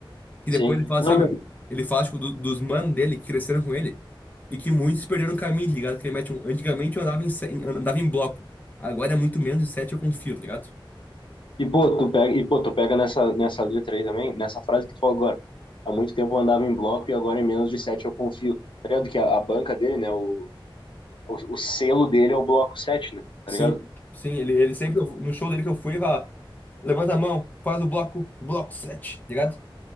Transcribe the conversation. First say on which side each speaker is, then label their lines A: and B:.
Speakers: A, on the left; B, on the left.
A: E
B: Sim.
A: depois ele fala assim,
B: Não,
A: ah, meu,
B: meu.
A: ele fala, tipo, do- dos manos dele que cresceram com ele e que muitos perderam o caminho, tá ligado? Que ele mete um, antigamente eu andava em, se- em- andava em bloco, agora é muito menos de sete eu confio, tá ligado?
B: E pô, tu pega, e pô, tu pega nessa, nessa letra aí também, nessa frase que tu falou agora. Há muito tempo eu andava em bloco e agora em menos de sete eu confio. Tá ligado? Que a, a banca dele, né? O, o, o selo dele é o bloco sete né? Tá
A: Sim,
B: ligado?
A: sim, ele, ele sempre, no show dele que eu fui, ele fala, levanta a mão, faz o bloco, bloco sete, tá ligado?